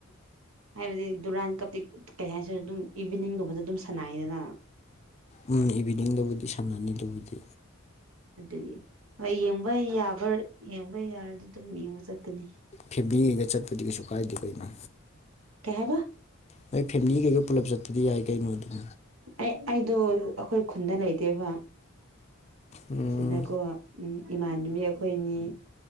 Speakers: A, on the right (about 85°); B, on the left (about 30°).
A: ꯍꯥꯏꯕꯗꯤ ꯗꯨꯔꯥꯟ ꯀꯞꯇꯤ ꯀꯩ ꯍꯥꯏꯁꯤꯔ ꯑꯗꯨꯝ ꯏꯚꯤꯅꯤꯡ <unintelligible> ꯐꯖꯅ ꯑꯗꯨꯝ ꯁꯥꯟꯅꯩꯗꯅ
B: ꯎꯝ ꯏꯚꯤꯅꯤꯡꯗꯕꯨꯗꯤ ꯁꯥꯟꯅꯅꯤꯗꯨꯕꯨꯗꯤ
A: ꯑꯗꯨꯒꯤ ꯍꯣꯏ ꯌꯦꯡꯕ ꯌꯥꯕꯔ ꯌꯦꯡꯕ ꯌꯥꯔꯗꯤ ꯑꯗꯨꯝ ꯌꯦꯡꯕ ꯆꯠꯀꯅꯤ
B: ꯐꯦꯚꯕ꯭ꯂꯤꯉꯩꯒ ꯆꯠꯄꯗꯤ ꯀꯩꯁꯨ ꯀꯥꯏꯗꯦ ꯀꯩꯅꯣ
A: ꯀꯩꯍꯥꯏꯕ
B: ꯅꯣꯏ ꯐꯦꯃꯤꯂꯤ ꯀꯩꯀꯩ ꯄꯨꯂꯞ ꯆꯠꯄꯗꯤ ꯌꯥꯏ ꯀꯩꯅꯣ ꯑꯗꯨꯝ
A: ꯑꯩ ꯑꯩꯗꯣ ꯑꯩꯈꯣꯏ ꯈꯨꯟꯗ ꯂꯩꯗꯦꯕ
B: ꯎꯝ
A: ꯑꯁꯤꯗ ꯀꯣ ꯎꯝ ꯏꯃꯥꯟꯅꯕꯤ ꯑꯩꯈꯣꯏꯅꯤ